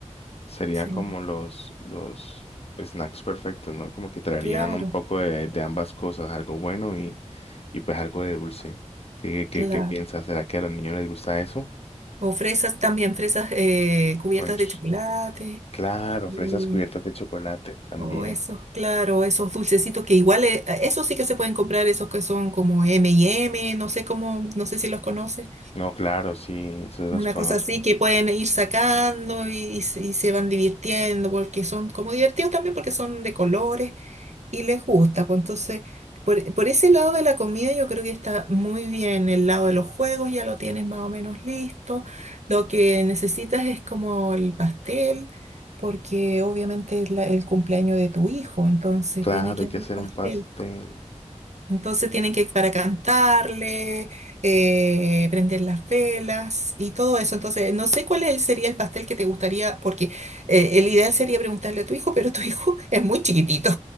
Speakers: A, on the left (about 55°); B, on the right (about 65°).
A: serían
B: Sí,
A: como los, los snacks perfectos, ¿no? Como que traerían
B: claro,
A: un poco de, de ambas cosas, algo bueno y, y pues algo de dulce. ¿Qué, qué,
B: claro.
A: qué piensas? ¿Será que a los niños les gusta eso?
B: O fresas también, fresas eh, cubiertas
A: Conchos.
B: de chocolate.
A: Claro,
B: eh,
A: fresas cubiertas de chocolate también.
B: O esos, claro, esos dulcecitos que igual, eh, esos sí que se pueden comprar, esos que son como M&M, no sé cómo, no sé si los conoces.
A: No, claro, sí, esos los
B: Una
A: conozco.
B: cosa así que pueden ir sacando y, y se y se van divirtiendo porque son como divertidos también porque son de colores y les gusta. Pues entonces, por, por ese lado de la comida yo creo que está muy bien. El lado de los juegos ya lo tienes más o menos listo. Lo que necesitas es como el pastel, porque obviamente es la- el cumpleaños de tu hijo, entonces
A: Claro,
B: tiene que
A: hay
B: haber
A: que hacer
B: pastel.
A: un pastel.
B: Entonces tienen que para cantarle, eh, prender las velas y todo eso. Entonces, no sé cuál es- sería el pastel que te gustaría, porque eh, el ideal sería preguntarle a tu hijo, pero tu <laughs> hijo es muy chiquitito.